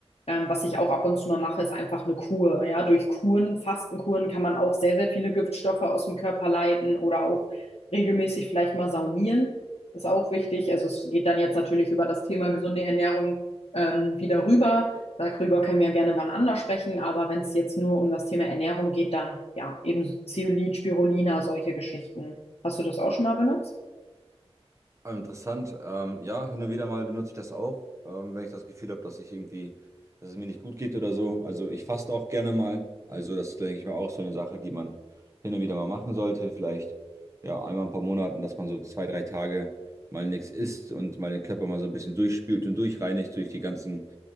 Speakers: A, on the left; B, on the right.
A: ähm, was ich auch ab und zu mal mache, ist einfach eine Kur. Ja, durch Kuren, Fastenkuren kann man auch sehr, sehr viele Giftstoffe aus dem Körper leiten oder auch regelmäßig vielleicht mal saunieren ist auch wichtig. Also es geht dann jetzt natürlich über das Thema gesunde Ernährung ähm, wieder rüber. Darüber können wir gerne wann anders sprechen, aber wenn es jetzt nur um das Thema Ernährung geht, dann ja, eben Zeolit, Spirulina, solche Geschichten. Hast du das auch schon mal benutzt?
B: Ah, Interessant. Ähm, ja, hin und wieder mal benutze ich das auch, ähm, wenn ich das Gefühl habe, dass ich irgendwie, dass es mir nicht gut geht oder so. Also ich faste auch gerne mal. Also das ist, denke ich mal, auch so eine Sache, die man hin und wieder mal machen sollte. Vielleicht ja einmal in ein paar Monaten, dass man so zwei, drei Tage mal nichts isst und mal den Körper mal so ein bisschen durchspült und durchreinigt durch die ganzen